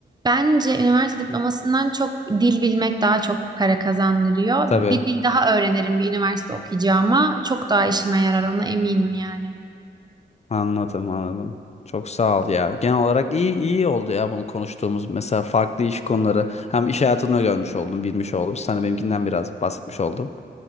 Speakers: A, on the right (about 20°); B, on the left (about 35°).
A: bence üniversite diplomasından çok dil bilmek daha çok para kazandırıyor.
B: Tabii
A: Bir dil daha öğrenirim bir üniversite okuyacağıma. Çok daha işime yarar ona eminim yani.
B: anladım anladım. Çok sağ ol ya. Genel olarak iyi iyi oldu ya bunu konuştuğumuz mesela farklı iş konuları. Hem iş hayatını görmüş oldum, bilmiş oldum. Sana benimkinden biraz bahsetmiş oldum.